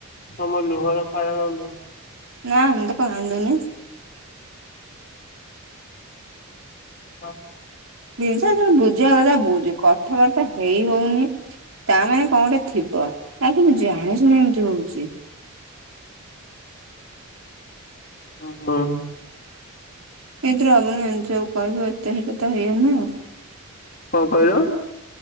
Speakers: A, on the left; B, on the right.
A: ତମର ଲୁହର କାରଣ ମୁଁ।
B: ନା ମୁଁ ତ କାନ୍ଦୁନୀ।
A: ଆ
B: ଜିନିଷ ତର ବୁଝିବା କଥା ବୁଝ କଥା ବହୁ କଥାବାର୍ତ୍ତା ହେଇ ହଉନି ତା ମାନେ କଣ ଗୋଟେ ଥିବ କାହିଁକି ମୁୁ ଜାଣି ଶୁଣି ଏମତି ହଉଛି।
A: ହଁ ହଁ।
B: ଏଇଥିରେ ହବନି ଏମିତି କହିବୁ ଏଟା ଇଏ ନୁହ
A: କଣ କହିଲ?